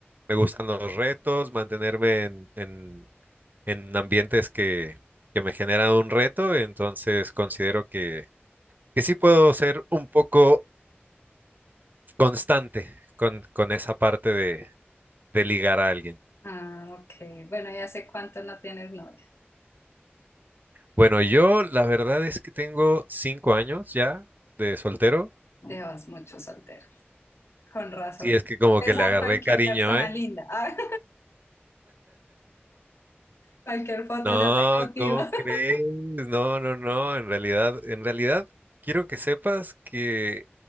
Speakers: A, on the right (about 45°); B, on the left (about 85°).
A: me gustan los retos, mantenerme en, en- en ambientes que, que me generan un reto. Entonces, considero que, que sí puedo ser un poco constante con, con esa parte de, de ligar a alguien.
B: Ah, ok. Bueno, ¿y hace cuánto no tienes novia?
A: Bueno, yo la verdad es que tengo cinco años ya de soltero.
B: Llevas mucho soltero. Con razón.
A: Sí, es que como
B: Ves
A: que le
B: a
A: agarré
B: cualquier
A: cariño,
B: persona
A: ¿eh?
B: linda. <laughs> Cualquier foto
A: No,
B: ya te cautiva.
A: ¿cómo
B: <laughs>
A: crees? No, no, no. En realidad, en realidad. Quiero que sepas que